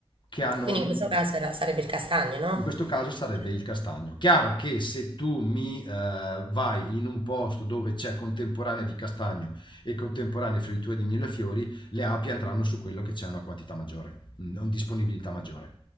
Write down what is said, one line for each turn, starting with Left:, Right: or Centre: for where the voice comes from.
Left: che hanno...
Right: Quindi in questo caso era- sarebbe il castagno, no?
Left: In questo caso sarebbe
Right: Eh.
Left: il castagno. Chiaro che se tu mi eh, vai in un posto dove c'è contemporanea di castagno e contemporanea fioritura di millefiori, le api andranno su quello che c'è una quantità maggiore, mm, una disponibilità maggiore.